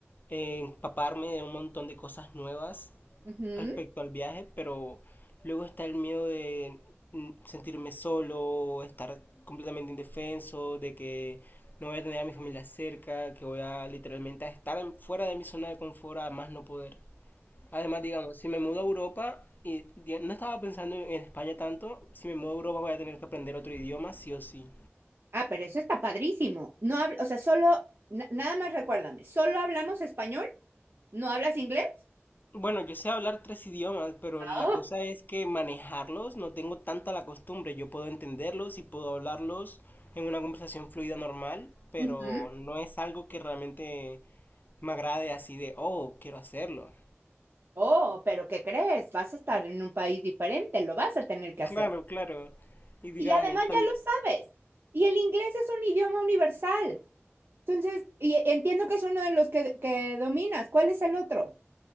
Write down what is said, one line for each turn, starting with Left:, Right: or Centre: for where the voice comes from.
Left: eh, empaparme de un montón de cosas nuevas
Right: Ujú.
Left: respecto
Right: Eh,
Left: al viaje, pero luego está el miedo de mm, sentirme solo, estar completamente indefenso, de que no voy a tener a mi familia cerca, que voy a literalmente a estar en- fuera de mi zona de confort a más no poder. Además, digamos, si me mudo a Europa, y di- no estaba pensando en España tanto, si me mudo a Europa voy a tener que aprender otro idioma, sí o sí.
Right: Ah, pero eso está padrísimo. No habla, o sea, solo, na- nada más recuérdame, ¿solo hablamos español? ¿No hablas inglés?
Left: Bueno, yo sé hablar tres idiomas, pero
Right: Ah,
Left: la cosa es que manejarlos no tengo tanta la costumbre. Yo puedo entenderlos y puedo hablarlos en una conversación fluida normal, pero
Right: Ujú.
Left: no es algo que realmente me agrade así de, oh, quiero hacerlo.
Right: Oh, pero ¿qué crees? Vas a estar en un país diferente, lo vas a tener que
Left: Claro,
Right: hacer.
Left: claro. Y digamos,
Right: Y además
Left: también
Right: ya lo sabes. Y el inglés es un idioma universal. Entonces, y entiendo que es uno de los que, que dominas. ¿Cuál es el otro?